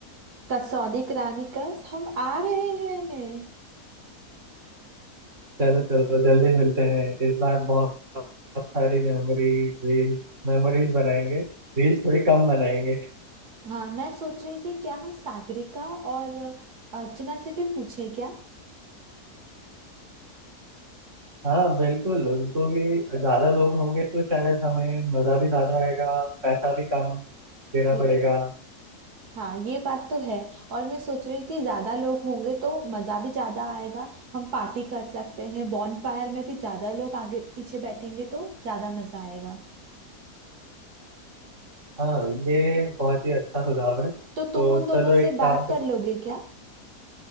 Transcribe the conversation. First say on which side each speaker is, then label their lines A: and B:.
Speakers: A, on the right (about 80°); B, on the right (about 50°).
A: कसौली करानिकस हम आ रहे हैं
B: चलो चलो जल्दी मिलते हैं इस बार बहुत बहुत सारी मेमोरीज रील्स मेमोरीज बनाएंगे रील्स थोड़ी कम बनाएंगे
A: हाँ मैं सोच रही थी क्या हम सागरिका और अर्चना से भी पूछें क्या
B: हाँ बिल्कुल उनको भी ज्यादा लोग होंगे तो शायद हमें मजा भी ज्यादा आएगा पैसा भी कम देना
A: ल-
B: पड़ेगा
A: हाँ ये बात तो है और मैं सोच रही थी ज्यादा लोग होंगे तो मजा भी ज्यादा आएगा हम पार्टी कर सकते हैं बॉनफायर में भी ज्यादा लोग आगे पीछे बैठेंगे तो ज्यादा मजा आएगा
B: हाँ ये बहुत ही अच्छा सुझाव है तो
A: तो तुम उन दोनों
B: चलो एक
A: से
B: काम
A: बात
B: करते
A: कर लोगे
B: हैं।
A: क्या